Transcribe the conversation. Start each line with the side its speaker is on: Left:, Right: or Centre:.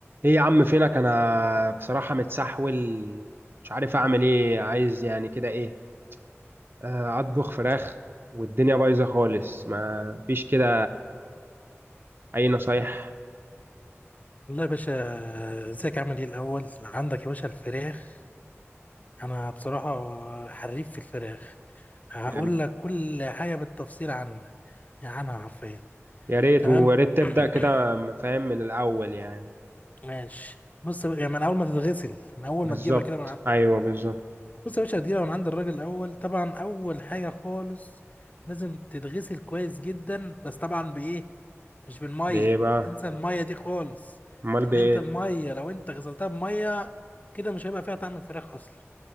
Right: ايه يا عم فينك انا بصراحة متسحول مش عارف اعمل ايه عايز يعني كده ايه آه، اطبخ فراخ والدنيا بايظة خالص ما فيش كده اي نصايح
Left: والله يا باشا ازيك عامل ايه الاول عندك يا باشا الفراخ انا بصراحه حريف في الفراخ هقول
Right: جامد.
Left: لك كل حاجه بالتفصيل عنها يعني انا عارفين
Right: يا ريت
Left: تمام
Right: ويا ريت تبدأ
Left: <clears throat>
Right: كده فاهم من الاول يعني
Left: ماشي بص يا باشا- يعني من اول ما تتغسل من اول
Right: بالظبط
Left: ما تجيبها كده من عند
Right: ايوه
Left: الراجل
Right: بالظبط
Left: بص يا باشا هتجيبها من عند الراجل الاول طبعا اول حاجه خالص لازم تتغسل كويس جدا بس طبعا بايه مش بالميه
Right: بايه بقى
Left: انسى الميه دي خالص
Right: امال
Left: ان
Right: بايه
Left: انت الميه لو انت غسلتها بميه كده مش هيبقى فيها طعم الفراخ اصلا